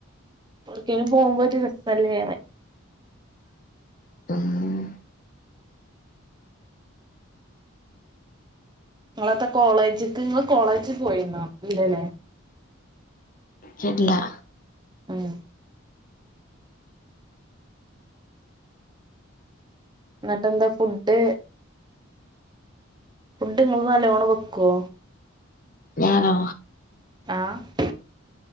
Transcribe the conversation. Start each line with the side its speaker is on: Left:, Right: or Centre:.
Right: എവ്‌ടക്കേലും പോകുമ്പ ഒര് രസല്ലേ
Left: ആഹ
Right: ഇങ്ങളെത്താ കോളേജ്ക്ക് ഇങ്ങള് കോളേജ് പോയിന്നൊ ഇല്ലലെ
Left: കേട്ടില്ല
Right: ആഹ് ഇന്നിട്ട് എന്താ ഫുഡ് ഫുഡ് ഇങ്ങള് നല്ലോണം വെക്കോ
Left: ഞാനോ
Right: ആഹ്